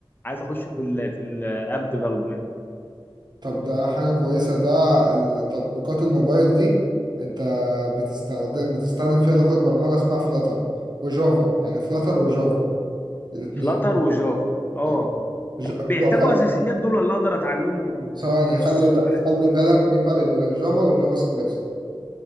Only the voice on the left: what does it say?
عايز اخش في ال في الاب ديفلوبمنت
فلاتر وجافا اه
بيحتاجوا
اساسيات دول ولا اقدر اتعلمهم من
من من
الصفر